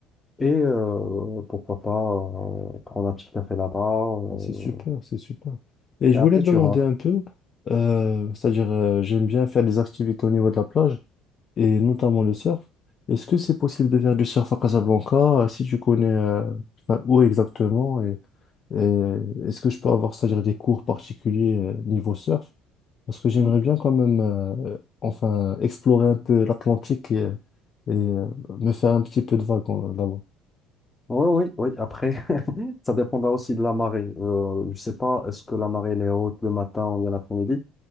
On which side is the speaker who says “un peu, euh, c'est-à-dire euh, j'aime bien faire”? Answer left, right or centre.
Left